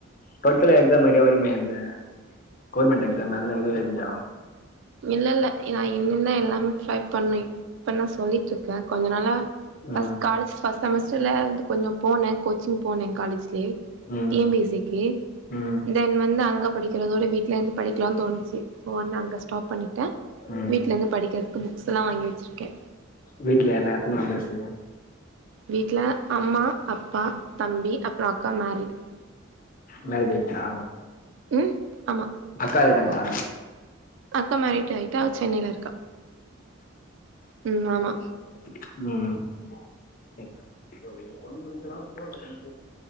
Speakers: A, on the left; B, on the right.
A: டுவல்த்துல எக்ஸாம் நறைய வருமே அந்த கவுவர்மெண்ட் எக்ஸாம் அதுல்லா எதுவு எழுதளையா
B: இல்ல இல்ல நான் இன்ன எல்லாமே ட்ரை பண்ணு இப்பதான் சொல்லிட்டு இருக்கே கொஞ்சொ நாள ஃபஸ்ட்
A: ம்
B: காலேஜ் ஃபர்ஸ்ட் செமஸ்டர்ல வந்து கொஞ்சோ போனே கோச்சிங் போனே காலேஜ்லயே
A: ம்
B: டி என்பிசிகு
A: ம்
B: தென் வந்து அங்க படிக்கிறதோ வீட்ல இருந்து படிக்கலாம்ன் தோணுச்சு சோ வந்து அங்க ஸ்டாப் பண்ணிட
A: ம்
B: வீட்ல இருந்து படிக்கிறதுக்கு புக்ஸ்ல்லா வாங்கி வெச்சுருக்கே
A: வீட்ல எல்லா எத்தன மெம்பெர்ஸ் செய்வோ
B: வீட்ல அம்மா அப்பா தம்பி அப்றோ அக்கா மேரிடு
A: மேரேஜா
B: உம் ஆமா
A: அக்கா இருக்காங்ளா
B: அக்கா மேறிட்டு ஆயிட்டா அவ சென்னையில இருக்கா உம் ஆமா
A: உம்